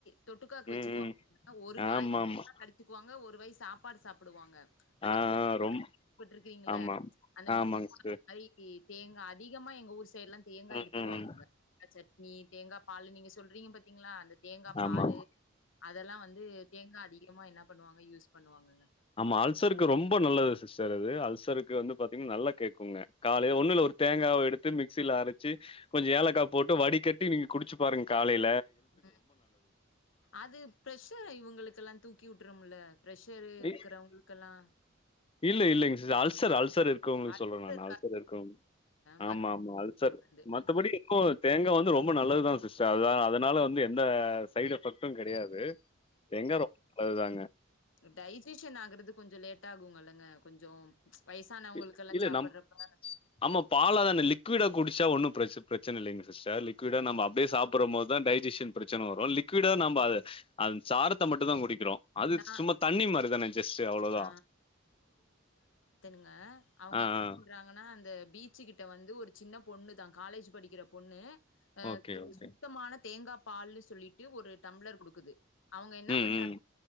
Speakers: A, on the left (about 70°); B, on the left (about 25°).
A: தொட்டுக்காக்கு
B: ம்
A: வச்சுக்குவாங்
B: ம்
A: ஆ ஒரு
B: ஆமாமா
A: வாய் தேங்கா கடிச்சுக்குவாங்க ஒரு வாய் சாப்பாடு சாப்டுவாங்க அந்த
B: ஆ
A: மோ
B: ஆ ரொம்
A: <inaudible> பட்ருக்கீங்கல
B: ஆமா
A: அந்த
B: ஆமாங்க
A: மோ
B: சிஸ்டர்
A: <inaudible> ஐகி தேங்கா அதிகமா எங்க ஊர் சைடுலா தேங்கா
B: ம்
A: எடுத்துக்குவாங்கங்க
B: ம்
A: தேங்கா சட்னி தேங்கா பாலு நீங்க சொல்றீங்க பாத் தீங்களா அந்த தேங்கா
B: ஆமா
A: பாலு அதெல்லா வந்து தேங்காய் அதிகமா என்ன பண்ணுவாங்க யூஸ் பண்ணுவாங்கங்க
B: ஆமா அல்சருக்கு ரொம்ப நல்லது சிஸ்டர் அது அல்சருக்கு வந்து பாத்தீங்னா நல்லா கேக்கூங்க காலே ஒன்னுல ஒரு தேங்காவ எடுத்து மிக்சில அரச்சு கொஞ்சோ ஏலக்கா போட்டு வடிகட்டி நீங்க குடிச்சு பாருங்க காலையில்
A: ம் அது ப்ரஷர இவங்ளுக்கெல்லா தூக்கி விட்ருமுல்ல பிரஷரு
B: இ
A: இருக்கறவுங்ளுக்கெல்லா
B: இல்ல இல்லைங்க சிஸ் அல்சர் அல்சர் இருக்கவுங்ளுக்கு
A: அடுத்து
B: சொல்றே நா நா
A: இருக்காங்க
B: அல்சர் இருக்கவ்
A: மருந்து
B: ஆமா ஆமா அல்சர்
A: மருந்து.
B: மத்தபடி இப்போ தேங்கா வந் து ரொம்ப நல்லதுதா சிஸ்டர் அதா அதனால வந்து எந்த சைட் எஃபெக்ட்டு கெடையாது து தேங்கா ரொம் அதுதாங்க
A: டைஜீஷன் ஆகுறது கொஞ்சோ லேட்டாகுமுல்லங்க கொஞ்சோ வயசானவங்களுக்கெல்லா
B: இ இல்ல
A: சாப்புட்றப்ப
B: நம் ஆமா பாலா தான அந்த லிக் கியுடா குடிச்சா ஒன்னு ப்ரச் ப்ரச்சனல்லைங்க சிஸ்டர் லிக்யூடா
A: ம்
B: நம அப்டியே சாப்பறமோத் தா டைஜீஷன் ப்ரச்சன வரூ லிக்யூடா நம்ப அத அந் சாறத்த மட்டுந்தா குடிக் கிறோ அது
A: நா
B: சும்மா தண்ணி மாரி தானே ஜஸ்ட்டு அவ்ளோதா
A: ஆ ங்க அவுங்க
B: ஆ
A: என்ன
B: ஆ
A: பண்றாங்கனா அந்த பீச்சு கிட்ட வந்து ஒரு சின்ன பொண்ணு தா காலேஜ் படிக்கிற பொண்ணு அ
B: ஓகே
A: து
B: ஓகே
A: சுத்தமான தேங்காப்பால்னு சொல்லிட்டு ஒரு டம்ளர் குடுக்குது அவுங்க என்ன
B: ம்
A: பண்றாங்
B: ம்